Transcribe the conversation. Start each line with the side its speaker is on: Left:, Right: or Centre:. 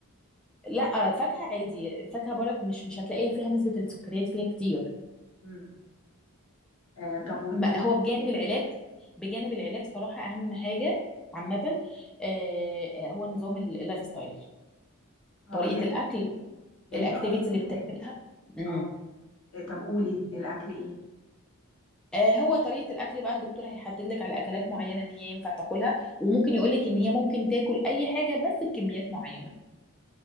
Centre: لا فاكهه عادي الفاكهه برك مش مش هتلاقيها فيها نسبه السكريات فيها كتير
Left: امم آه طب والدهون
Centre: ما هو بجانب العلاج بجانب العلاج صراحة أهم حاجة عامة آه، هو نظام ال- اللايف ستايل
Left: اه
Centre: طريقة
Left: يعني
Centre: الأكل
Left: يعني
Centre: الأكتيفيتي
Left: انتي قصدك
Centre: اللي بتعملها
Left: إن-
Centre: امم
Left: اه طب قولي الأكل ايه
Centre: آه، هو طريقة الأكل بقى الدكتور هيحدد لك على أكلات معينة إن هي ينفع تاكلها وممكن يقول لك إن هي ممكن تاكل أي حاجة بس بكميات معينة